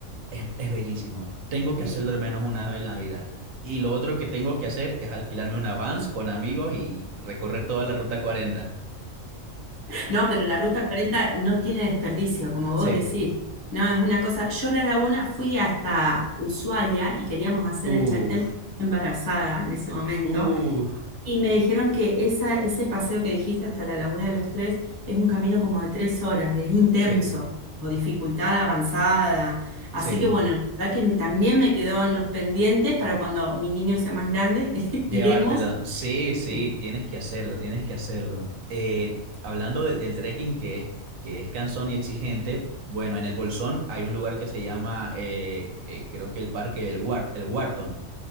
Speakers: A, on the right; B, on the right.
A: es, es bellísimo. Tengo que
B: Sí.
A: hacerlo al menos una vez en la vida. Y lo otro que tengo que hacer es alquilarme una Vans con amigos y recorrer toda la ruta cuarenta
B: No, pero la Ruta 40 no tiene desperdicio, como
A: Sí.
B: vos decís. No, es una cosa. Yo la Laguna fui hasta Ushuaia y queríamos hacer
A: Uf,
B: el Chaltén, pero estaba embarazada en ese momento,
A: uf.
B: y me dijeron que esa, ese paseo que dijiste hasta la Laguna de los Tres es un camino como de tres horas, es intenso,
A: Sí,
B: o dificultad avanzada. Así
A: sí.
B: que bueno, la verdad que me- también me quedó en los pendientes para cuando mi niño sea más grande, <laughs> iremos.
A: Llevártelo. Sí, sí,
B: Sí.
A: tienes que hacerlo, tienes que hacerlo. Eh, hablando de- del trekking que es, que es cansón y exigente, bueno, en el Bolsón hay un lugar que se llama, eh, eh, creo que el parque, el, War- el Wharton.